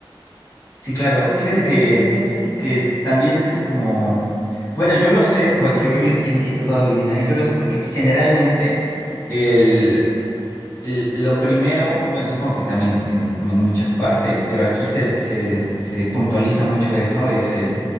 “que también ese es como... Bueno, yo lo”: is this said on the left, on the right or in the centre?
Left